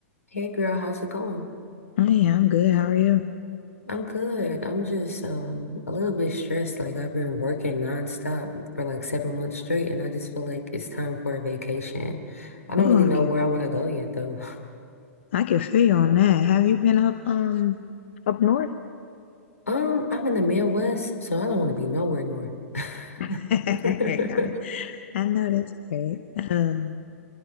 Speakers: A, on the left; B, on the left.
A: Hey girl, how's it going?
B: I am good. How are you?
A: I'm good. I'm just um a little bit stressed. Like I've been working nonstop for like seven months straight, and I just feel like it's time for a vacation. I don't
B: Oh,
A: really know
B: I can
A: where I want to go yet though. <laughs>
B: I can feel you on that. Have you been up um up north?
A: Um, I'm in the Midwest, so I don't want to be nowhere north. <laughs>
B: <laughs> I know, I know that's right. Um,